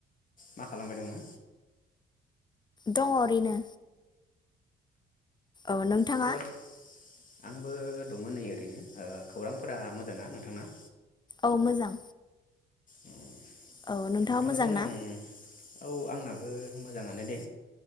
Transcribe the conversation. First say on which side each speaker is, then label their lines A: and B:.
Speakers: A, on the left; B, on the left.
A: मा खालामबाय दङो?
B: दङ ओरैनो औ नोंथाङा
A: खौरां आंबो दङ नै ओरैनो खौरांफोरा मोजां ना नोंथांना?
B: औ मोजां
A: उम
B: औ नोंथाङा
A: नोंथांजों
B: मोजां ना
A: आं औ आंनाबो मोजाङानो दे।